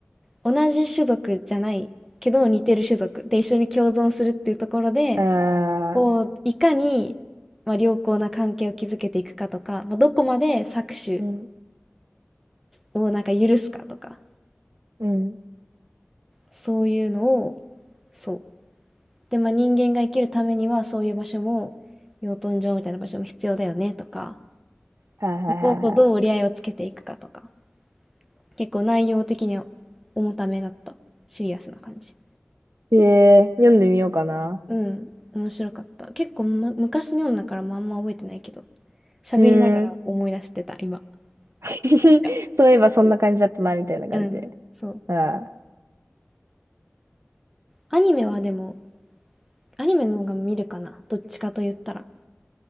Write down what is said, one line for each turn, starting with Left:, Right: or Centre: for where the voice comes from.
Centre: 同じ種族じゃないけど似てる種族で一緒に共存するっていうところで、
Right: えー
Centre: こう、いかに、まあ、良好な関係を築けていくかとか、まあ、どこまで搾取
Right: うん。
Centre: をなんか許すかとか、
Right: うん。
Centre: そういうのを、そう。で、まあ人間が生きるためにはそういう場所も、養豚場みたいな場所も必要だよねとか、
Right: はいはいはいは
Centre: そこをこうどう折り合いをつけていくかとか、結構内容的には重ためだった。シリアスな感じ。
Right: い。えー、読んでみようかな。
Centre: うん、面白かった。結構、ま、昔の読んだからまああんま覚えてないけど、喋りながら思い出してた、
Right: うーん。
Centre: 今。
Right: <laughs>
Centre: 確かに
Right: そういえばそんな感じだったな、みたいな感じで。
Centre: うん、そう。
Right: うん。あ
Centre: アニメはでも、アニメの方が見るかな。どっちかと言ったら。